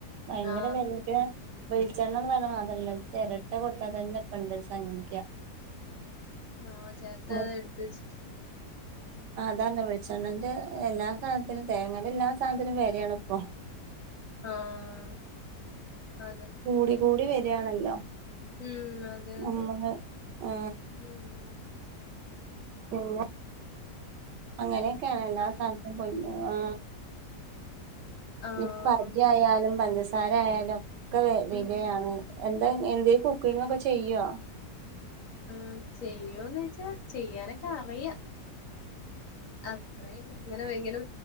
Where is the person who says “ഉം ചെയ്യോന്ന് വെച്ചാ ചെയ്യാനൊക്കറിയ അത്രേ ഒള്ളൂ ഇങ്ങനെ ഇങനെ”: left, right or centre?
Left